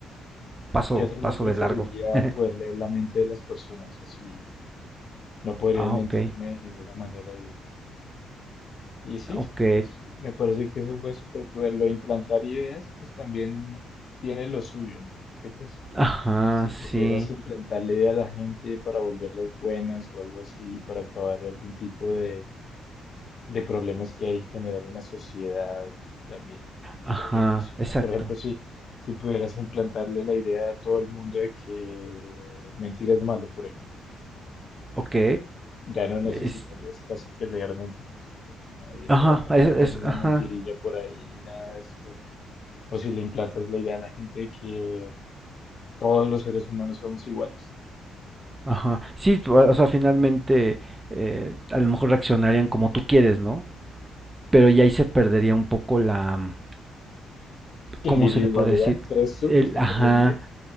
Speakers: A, on the right; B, on the left.
A: paso,
B: yo también
A: paso
B: preferiría
A: de largo. <laughs>
B: poder leer la mente de las personas, así no podrían
A: ah,
B: mentirme
A: ok,
B: de ninguna manera. Y, y sí,
A: ok.
B: es- me parece que es un buen superpoder. Lo de implantar ideas, pues también tiene lo suyo, ¿no? Porque pues
A: Ajá,
B: si
A: sí,
B: pudieras implantarle idea a la gente para volverlas buenas o algo así, para acabar algún tipo de... de problemas que hay en general en la sociedad también
A: ajá,
B: podría funcionar.
A: exacto.
B: Por ejemplo, si, si pudieras implantarle la idea a todo el mundo de que mentir es malo, por ejemplo,
A: Ok,
B: ya no necesitarías
A: es,
B: casi que leer mentes, pues, porque nadie
A: ajá,
B: te va a atacar
A: es,
B: con una
A: es- ajá,
B: mentirilla por ahí ni nada de eso. O si le implantas la idea a la gente de que todos los seres humanos somos iguales.
A: ajá. Sí, tú, o sea, finalmente eh, a lo mejor reaccionarían como tú quieres, ¿no? Pero ya ahí se perdería un poco la,
B: ¿Individualidad?
A: ¿cómo se le podría decir?
B: ¿Crees tú
A: El,
B: que se
A: ajá,
B: perdería?